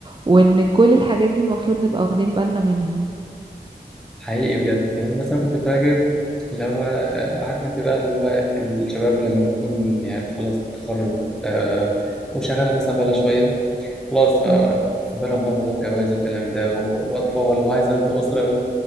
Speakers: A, on the right; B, in the centre.
A: وان كل الحاجات دي المفروض نبقى واخدين بالنا منها
B: حقيقي بجد يعني مثلا كنت فاكر اللي هو آه، عارف انت بقى اللي هو الشباب لما بتكون يعني بتخلص التخرج آه، وشغاله مثلا بقى لها شويه خلاص بقى
A: مم.
B: في بالهم بقى موضوع الجواز والكلام ده و- واطفال وعايزه ابني اسره و...